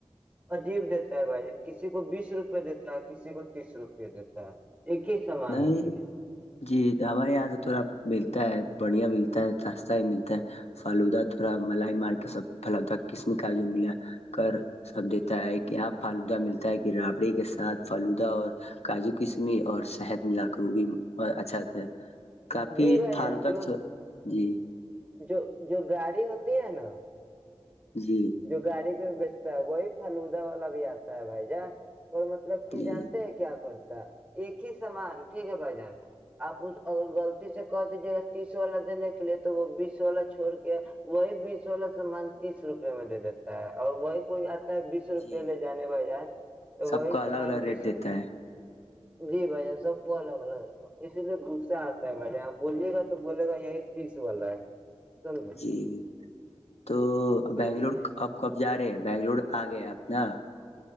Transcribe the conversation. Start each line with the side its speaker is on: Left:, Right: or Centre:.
Right: عجیب دیتا ہے بھائی جان کسی کو بیس روپئے دیتا ہے کسی کو تیس روپئے دیتا ہے ایک ہی سمان
Left: نہیں
Right: ہوتی ہے
Left: جی ہمارے یہاں تو تھوڑا بالل بڑھیا ملتا ہے سستا ہی ملتا ہے فلودا تھوڑا ملائی مار کے سب پلودہ قسم کاجو ملا کر سب دیتا ہے کہ یہاں فالودا ملتا ہے کہ رابڑی کے ساتھ فالوودا اور کاجو کسمی اور <unintelligible> <unintelligible>
Right: جی بھائی جان جو جو جو گاڑی ہوتی ہے نا
Left: جی
Right: جو گاڑی پہ بیچتا ہے وہی پھالودا والا بھی آتا ہے بھائی جان اور مطلب کہ
Left: جی
Right: جانتے ہیں کیا پر ایک ہی سامان ٹھیک ہے بھائی جان آپ اس غلط سے کہ دیجیے گا تیس والا دینے کے لیے تو وہ بیس والا چھوڑ کے وہی بیس والا سامان تیس روپ میں دے دیتا ہے اور وہی کوئی بیس روپئے
Left: جی
Right: لے جانے بھا ئی جان تو
Left: سب
Right: وہی
Left: کا الگ
Right: سامان
Left: الگ ریٹ
Right: بیس
Left: دیتا
Right: روپ
Left: ہے
Right: جی بھائی جان سب کو الگ اسی لیے گپ سے آتا ہے میں نے آپ بولیے گا تو بولے گا یہی چیز والا ہے سمجھے
Left: جی تو
Right: تو
Left: بنگلور اب کب جار ہے ہے بنگلور آ گئے آپ نا